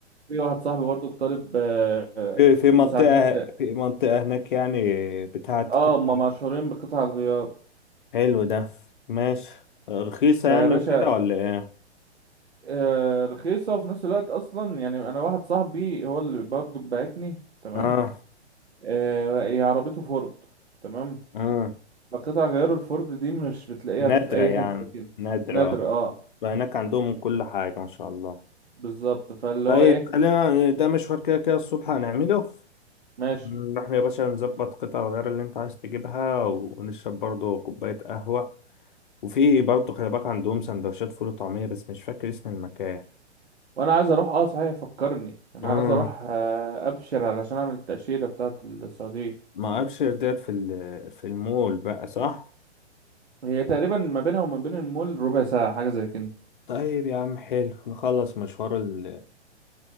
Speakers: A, on the right; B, on the left.
A: في واحد صاحبي برضو طالب آه، آه،
B: في في منطقه
A: مساعدين
B: في منطقه هناك يعني بتاعه
A: اه
B: قطع-
A: هما مشهورين بقطع الغيار
B: حلو ده ماشي رخيصه
A: فيا
B: يعني
A: باشا
B: وكده ولا ايه
A: آه، رخيصة وفي نفس الوقت اصلا يعني انا واحد صاحبي هو اللي برضو بعتني تمام
B: اه
A: آه، هي عربيته فورد تمام
B: اه
A: قطع غيار الفرد دي مش بتلاقيها
B: نادره
A: في اي
B: يعني
A: حتة كده
B: نادره
A: نادر اه
B: فهناك عندهم كل حاجه ما شاء الله
A: بالظبط فاللي
B: طيب
A: هو ايه
B: خلينا ده مشوار كده كده الصبح هنعمله
A: ماشي
B: نروح يا باشا نظبط قطع الغيار اللي انت عايز تجيبها ونشرب برضو كوباية قهوة وفي برضو خلي بالك عندهم سندوتشات فول وطعمية بس مش فاكر اسم المكان
A: وانا عايز اروح اه صحيح فكرني انا
B: امم
A: عايز اروح آه، ابشر علشان اعمل التأشيرة بتاعة السعودية
B: ما ابشر ده في ال- في المول بقى صح
A: هي تقريبا ما بينها وما بين المول ربع ساعة حاجة زي كده
B: طيب يا عم حلو نخلص مشوار ال-